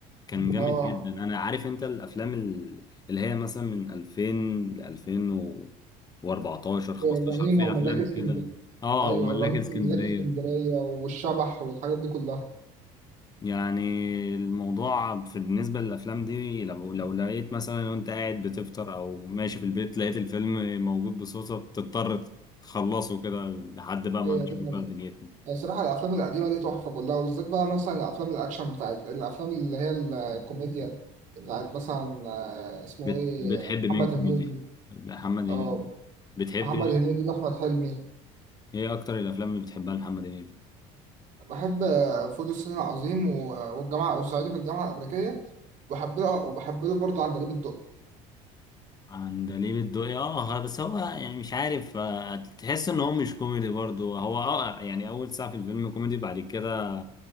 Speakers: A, on the left; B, on the right.
A: كان جامد
B: اه
A: جدا انا عارف انت الافلام ال- اللي هي مثلا من 2000 ل 2014 15
B: الرهينة
A: فيها
B: وملاك
A: افلام
B: اسكندرية
A: كده اه
B: ايوه
A: وملاك
B: الرهينة
A: اسكندريه
B: وملاك اسكندرية والشبح والحاجات دي كلها
A: يعني الموضوع في بالنسبه للافلام دي لو لو لقيت مثلا وانت قاعد بتفطر او ماشي في البيت لقيت الفيلم موجود بصوصه بتضطر تخلصه كده لحد بقى
B: ايوه
A: ما تشوف
B: جدا
A: بقى دنيتنا
B: يعني صراحة الافلام القديمة دي تحفة كلها وبالذات بقى مثلا الافلام الاكشن بتاعت الافلام اللي هي الكوميديا بتاعت مثلا آه، اسمه
A: بت-
B: ايه
A: بتحب مين
B: محمد هنيدي
A: كوميدي محمد هنيدي
B: اه
A: بتحب
B: محمد
A: ايه
B: هنيدي واحمد حلمي
A: إيه اكتر الافلام اللي بتحبها لمحمد هنيدي
B: بحب آه، فول الصين العظيم و- والجامعة والصعيدي في الجامعة الأمريكية وبحب له وبحب له برضه عندليب الدقي
A: عندليب الدقي اه ها- بس هو يعني مش عارف آه، تحس ان هو مش كوميدي برضو هو اه يعني اول ساعة في الفيلم كوميدي بعد كده